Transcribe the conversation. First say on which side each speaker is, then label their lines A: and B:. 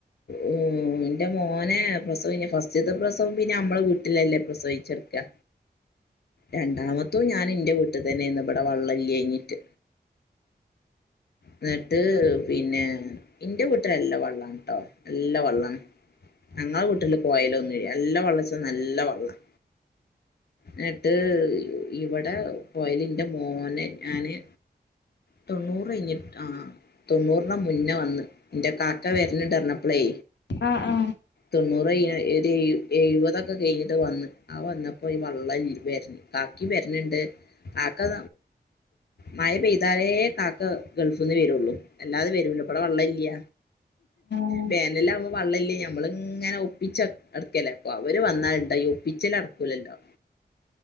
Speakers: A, on the left; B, on the left.
A: ഉം എന്റെ മോനെ പ്രസവം ഇ ഫസ്റ്റത്തെ പ്രസവം പിന്നെ നമ്മള വീട്ടിലല്ലേ പ്രസവിച്ചെർക്കാ രണ്ടാമത്തും ഞാൻ എന്റെ വീട്ടിൽ തന്നെ ഇവിടെ വെള്ളല്ല്യാഞ്ഞിട്ട് എന്നിട്ട് പിന്നെ ഇന്റെ വീട്ടില് എല്ലാ വെള്ളാണ്ട്ട്ടോ എല്ലാ വെള്ളമാണ് ഞങ്ങളുടെ വീട്ടില് പോയല ഒന്നും ഇല്ല നല്ല വെള്ളച്ച നല്ല വള്ളം എന്നിട്ട് ഇവിടെ പോയല് എന്റെ മോനെ ഞാന് തൊണ്ണൂറ് കഴിഞ്ഞിട്ട് ആ തൊണ്ണൂറിന മുന്നേ വന്ന് എന്റെ കാക്ക വരുന്നിട്ടറിഞ്ഞപ്പളേ
B: ആഹ് ആഹ്
A: തൊണ്ണൂറ് എഴുപതൊക്കെ കഴിഞ്ഞിട്ട് വന്ന് ആ വന്നപ്പോ ഈ വള്ള വരണി കാക്കി വരണിണ്ട് കാക്ക മഴ പെയ അതാലേ കാക്ക ഗൾഫിൽ നിന്ന് വരുള്ളു അല്ലാതെ വരുലൂ ഇവിടെ വെള്ളം ഇല്ല
B: ഉം
A: പേനെല്ലാം ആകുമ്പോ വെള്ളം ഇല്ല ഞമ്മൾ ഇങ്ങനെ ഒപ്പിച്ച അടക്കല്ലേ അപ്പൊ അവര് വന്നാലുണ്ട ഒപ്പിച്ചല നടക്കൂലല്ലോ